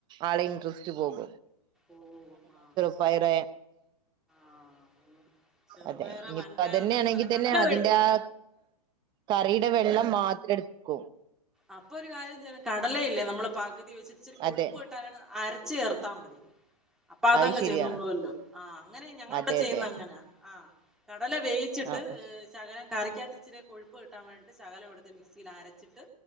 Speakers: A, on the right (about 20°); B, in the centre.
A: ആളെ ഇൻറ്രസ്റ്റ് പോകും
B: ഓ ആ ആ
A: ചെറുപയർ
B: ആഹ് ചെറുപയറ്
A: അതെ ഇ
B: വൻപയർ
A: അതെ ന്നെണെങ്കിൽ
B: ഇതൊക്കെ നല്ല
A: തന്നെ
B: കടല
A: അതിന്റെ
B: കഴിക്കോ
A: ആ കറി ടെ വെള്ളം മാത്രം എടുക്കൂ
B: അപ്പൊ ഒരു കാര്യം ചെയ്യണം കടലയില്ലേ നമ്മളെ <unintelligible> ച്ചൊരി കൊഴുപ്പ്കിട്ടാൻ
A: അതെ
B: അരച്ച് ച്ച് ചേർത്താ മതി അപ്പൊ അതങ്ങ്ചെന്നോളല്ലോ
A: അത് ശരിയാണ്
B: ആ അങ്ങനെ ഞങ്ങള്
A: അതെ
B: ഇവിടെ ചെയ്യുന്ന
A: അതെ
B: അങ്ങനെയാ ആ കടല വേയിച്ചിട്ട്
A: ആഹ്
B: ശകലം കറിക്കാത്ത ഇച്ചിരി കൊഴുപ്പ് കിട്ടാൻ വേണ്ടിട്ട് ശകലം എടുത്ത് മിക്സിയിൽ അരച്ചിട്ട്